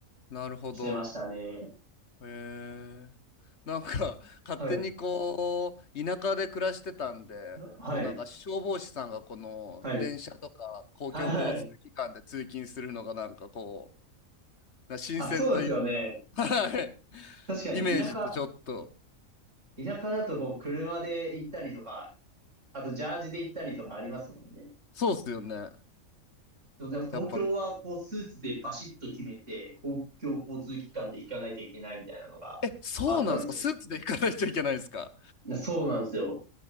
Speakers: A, on the left (about 55°); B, on the right (about 60°).
A: なるほど。
B: してましたね。
A: へえ。なんか、<laughs> 勝手にこう、
B: はい。
A: 田舎で暮らしてたんで、
B: はい。
A: こうなんか消防士さんがこの電車とか公共交通機関で通勤するのがなんかこ
B: はい。はい。
A: う、な新鮮という、
B: あ、そうですよね。
A: <laughs> はい。
B: 確かに、
A: イメージとちょっと、
B: 田舎、田舎だと、こう、車で行ったりとか、あと、ジャージで行ったりとかありますもんね。
A: そうっすよね。
B: でも、やっぱ東京は、
A: やっぱ、
B: こう、スーツでバシッと決めて、公共交通機関で行かないといけないみたいなのがあったんです。
A: え、そうなんすかスーツで行かないといけないんすか
B: いやそうなんですよ。